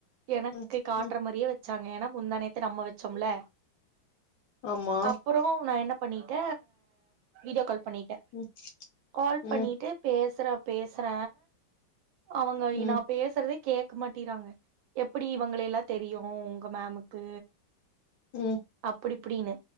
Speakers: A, on the right (about 80°); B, on the left (about 70°).
A: எனக்கு
B: ம்
A: காட்ற
B: ம்
A: மாரியே வச். வச்சாங்க ஏன்னா முந்தா நேத்து நம்ம வச்சம்ல.
B: ஆமா
A: அப்புறோ நா என்ன. பண்ணிட்ட வீடியோ கால். பண்ணிட்ட
B: ம்
A: கால்
B: ம்
A: பண்ணிட்டு பேசுற. பேசற. அவங்க
B: ம்
A: ஐ நா பேசுறதே. கேட்க மாட்டிங்கிறாங்க. எப்படி இவங்களயெல்லா தெரியு. உங்க மேமுக்கு
B: உம்
A: புடிப்புடின்னு